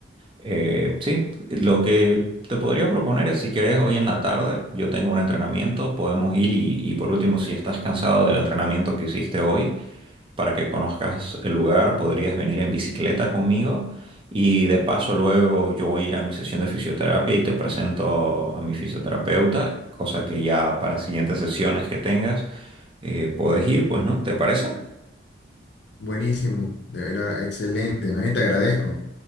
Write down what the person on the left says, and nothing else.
Buenísimo, de verdad, excelente. A mí te agradezco.